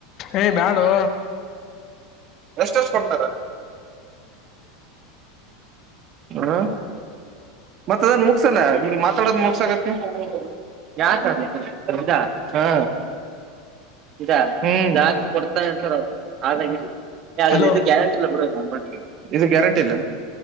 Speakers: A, on the left (about 45°); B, on the right (about 40°).
A: ಏ್ ಬ್ಯಾಡು
B: ಎಷ್ಟ ಎಷ್ಟ ಕೊಡ್ತಾರರ್ ಹ್ಮ ಮತ್ತ ಅದನ್ ಮುಗಸಲ್ಲ ನಿ ಮಾತಾಡದು ಮುಗಸಕತ್ತ ಯಾಜಾ ಹಾ ಇದಾ ಜಾಸ್ತಿ ಕೊಡ್ತಾ ಇರ್ತಾರೆ ಅವರು ಆದಾಗ
A: ಹಲೋ
B: ಅದು ಇದು ಗ್ಯಾರಂಟಿಲ್ಲ ಕೊಡ ಬಟ್ ಇದು ಗ್ಯಾರಂಟಿ ಇಲ್ಲ